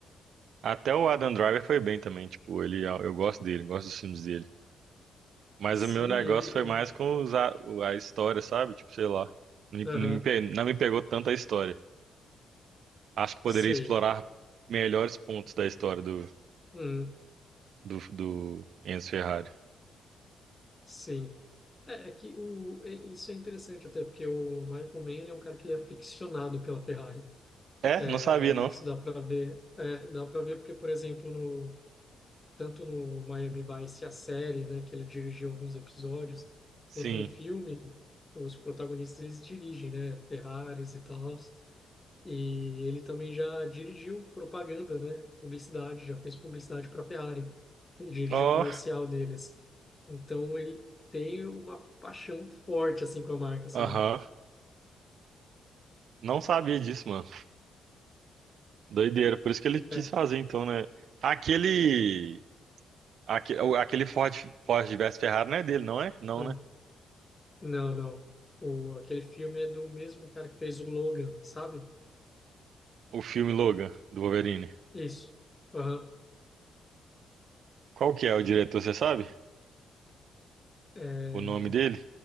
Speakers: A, on the right; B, on the left.
A: até o Adam Driver foi bem também, tipo, ele, é, eu gosto dele, gosto dos filmes dele. Mas
B: sim,
A: o meu negócio
B: ele,
A: foi mais
B: ele...
A: com
B: Hum,
A: os a, o- a história, sabe? Tipo, sei lá. Não me,
B: aham,
A: não me pe- não me pegou tanto a história. Acho que poderia
B: sei.
A: explorar melhores pontos da história do,
B: Hum,
A: do, do Enzo Ferrari.
B: sim. É, é que o, é- isso é interessante até, porque o Michael Mann, ele é um cara que ele é aficionado pela Ferrari.
A: É,
B: É,
A: não sabia, não.
B: isso dá para ver, é, dá para ver porque, por exemplo, no, tanto no Miami Vice, a série, né, que ele dirigiu alguns episódios,
A: Sim.
B: quanto no filme, os protagonistas, eles dirigem, né, Ferraris e tal. E ele também já dirigiu propaganda, né? Publicidade, já fez publicidade para a Ferrari. Ele dirigiu
A: Ó,
B: o comercial deles. Então ele tem uma paixão forte assim com a marca, sabe?
A: aham. Não sabia disso, mano. Doideira. Por isso que ele quis
B: É.
A: fazer, então, né? Aquele. aque- o- Aquele Ford, Ford versus Ferrari não é dele, não é? Não,
B: hum,
A: né?
B: Não, não. O, aquele filme é do mesmo cara que fez o Logan, sabe?
A: O filme Logan, do Wolverine.
B: Isso. Aham.
A: Qual que é o diretor, você sabe?
B: É...
A: O nome dele?